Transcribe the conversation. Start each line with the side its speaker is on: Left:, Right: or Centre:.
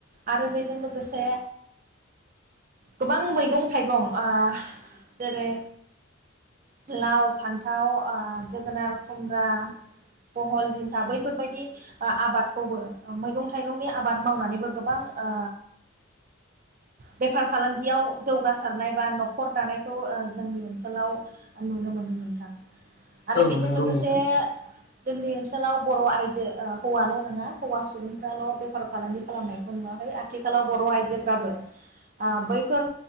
Right: आरो बेजों लोगोसे गोबां मैगं थाइगं ओ जेरै लाव, फान्थाव ओ जोगोनार, खुमब्रा बहल, जिंखा बैफोरबायदि ओ आबादखौबो मैगं थाइगंनि आबाद मावनानैबो गोबां ओ बेफार फालांगियाव जौग सारनाय बा नखर दानायखौ जोंनि ओनसोलाव नुनो मोनदों नोंथां आरो
Left: औ
Right: बेजों
Left: नंगौ
Right: लोगोसे
Left: नोंथां
Right: जोंनि ओनसोलाव बर' आइजो ओ हौवाल नङा हौवा सुबुंफ्राल बेफार फालांगि खालामनायखौ नुवाखै आथिखालाव बर' आइजोफ्राबो ओ बैफोर